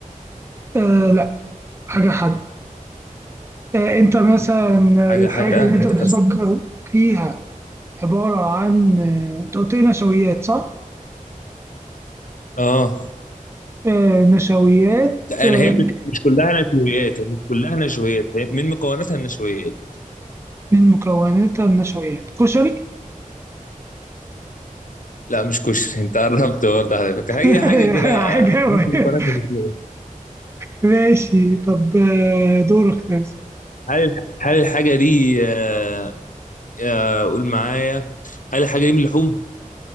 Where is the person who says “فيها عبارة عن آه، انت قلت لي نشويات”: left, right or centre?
Right